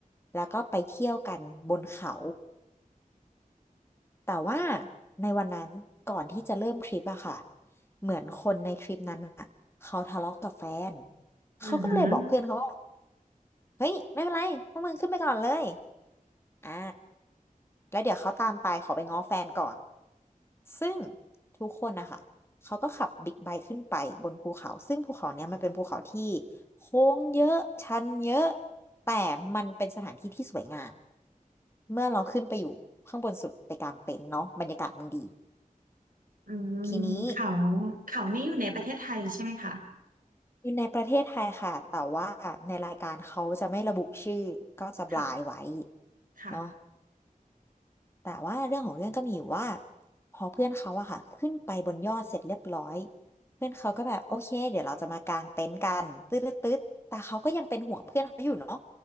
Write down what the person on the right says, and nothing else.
อือหือ
อื
มเขาเขานี่อยู่ในประเทศไทยใช่ไหมคะ
ค่ะค่ะ